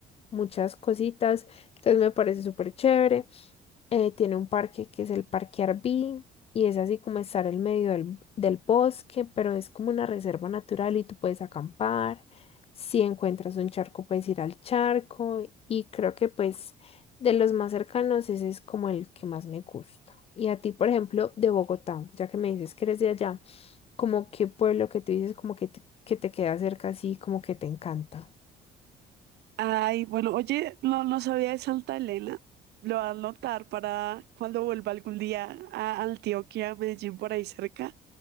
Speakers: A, on the left; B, on the right.
A: muchas cositas, entonces me parece súper chévere eh, tiene un parque que es el Parque Arví y es así como estar en medio del, del bosque, pero es como una reserva natural y tú puedes acampar. Si encuentras un charco, puedes ir al charco y creo que pues de los más cercanos ese es como el que más me gusta. Y a ti, por ejemplo, de Bogotá, ya que me dices que eres de allá, como qué pueblo que tú dices como que te, que te queda cerca así, como que te encanta.
B: Ay, bueno, oye, no, no sabía de Santa Elena. Lo voy a anotar para cuando vuelva algún día a Antioquia, Medellín, por ahí cerca,